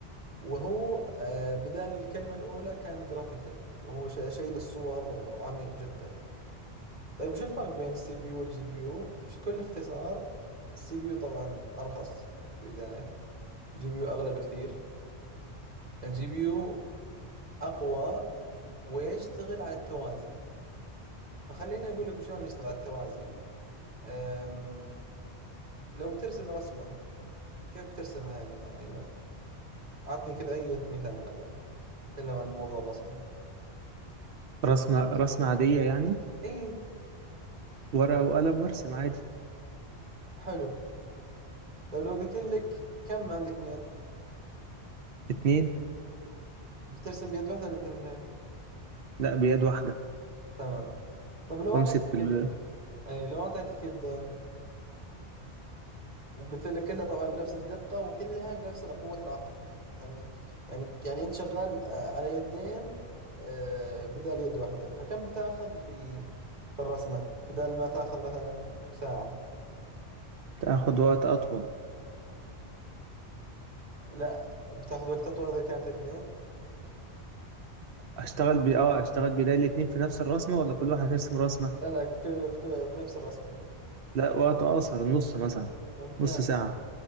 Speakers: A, on the right; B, on the right.
A: وهو آه، بدال الكلمة الأولى كان جرافيكال وهو ش- شيء للصور وعميق جدا طيب وش الفرق بين السي بي يو والجي بي يو بكل اختصار السي بي يو طبعا ارخص في البداية الجي بي يو اغلى بكثير الجي بي يو اقوى ويشتغل على التوازي فخليني اقول لك وشلون يشتغل على التوازي أم... لو بترسم رسمة كيف بترسمها يا ايمن اعطني كذا اي مثال او تكلم عن موضوع الرسمة
B: رسمة رسمة عادية يعني
A: اي
B: ورقة وقلم وأرسم عادي
A: حلو طيب لو قلت لك كم عندك من يد
B: اتنين
A: بترسم بيد واحدة ولا بثنتين
B: لا بيد واحدة
A: تمام طب لو
B: وأمسك
A: اعطيتك
B: بال...
A: اي لو اعطيتك يدين وقلت لك كلها طبعا بنفس الدقة وكلها بنفس قوة العقل يعني يعني يعني انت شغال آه، على يدين آه، بدال يد واحدة فكم بتاخذ في في الرسمة بدال ما تاخذ مثلا ساعة
B: تاخد وقت أطول
A: لا بتاخذ وقت اطول اذا كانت يدين
B: أشتغل ب... أه أشتغل بداية الاتنين في نفس الرسمة ولا كل واحد يرسم رسمة؟
A: لا لا في, ك- في, ك- في نفس الرسمة
B: لا وقت اقصر النص مثلا
A: ممتاز
B: نص ساعة